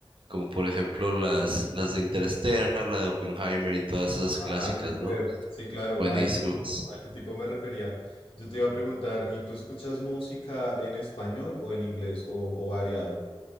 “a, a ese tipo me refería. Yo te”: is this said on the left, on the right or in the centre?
Left